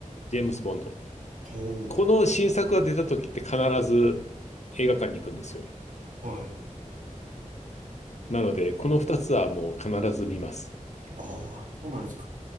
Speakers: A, on the left; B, on the right.
A: ジェームス・ボンド。
B: い。うん、
A: この新作が出た時って必ず映画館に行くんですよね。
B: はい。
A: なので、この2つはもう必ず見ます。
B: ああ、そうなんですか。